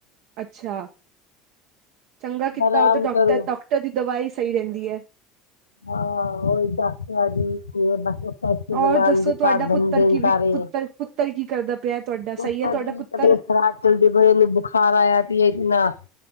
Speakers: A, on the right; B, on the left.
A: ਅੱਛਾ। ਚੰਗਾ ਕੀਤਾ,
B: ਆਰਾਮ
A: ਉਹ ਤਾ, ਡੌਕਟਰ,
B: ਕਰੋ
A: ਡੌਕਟਰ ਦੀ ਦਵਾਈ ਸਹੀ ਰਹਿੰਦੀ ਐ।
B: ਹਾ, ਓਹੀ ਡਾਕਟਰਾਂ ਦੀ, <unintelligible> ਸ
A: ਔਰ
B: ਬਣਾਣ
A: ਦੱਸੋ
B: ਦੇ
A: ਤੁਹਾਡਾ
B: ਕਰ ਦਿੰਦੇਨ
A: ਪੁੱਤਰ ਕੀ
B: ਸਾਰੇ,
A: ਵੀ ਪੁੱਤਰ ਪੁੱਤਰ ਕੀ ਕਰਦਾ ਪਿਆ ਤੁਹਾਡਾ
B: ਓ
A: ਸਹੀ
B: ਸਾਡੀ
A: ਹੈ ਤੁਹਾਡਾ ਪੁੱਤਰ
B: ਤਬੀਅਤ ਖਰਾ ਚਲਦੇ ਪਏ ਉਹਨੂੰ ਬੁਖਾਰ ਆਇਆ, ਪਈ ਏ ਨਾ